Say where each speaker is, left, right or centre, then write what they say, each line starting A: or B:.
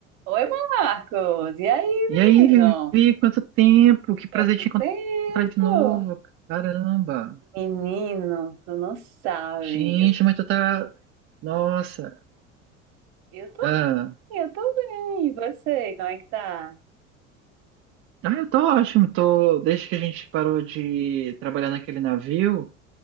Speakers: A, on the right; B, on the right.
A: Oi, Marcos. E aí,
B: E
A: menino?
B: aí, Vivi, quanto tempo? Que prazer
A: Quanto
B: te encontrar
A: tempo?
B: de novo. Caramba.
A: Menino, tu não sabe.
B: Gente,
A: Eu,
B: mas tu tá. Nossa.
A: eu tô,
B: Ah,
A: bem, eu tô bem. E você, como é que tá?
B: Ah, eu tô ótimo. Tô... Desde que a gente parou de trabalhar naquele navio,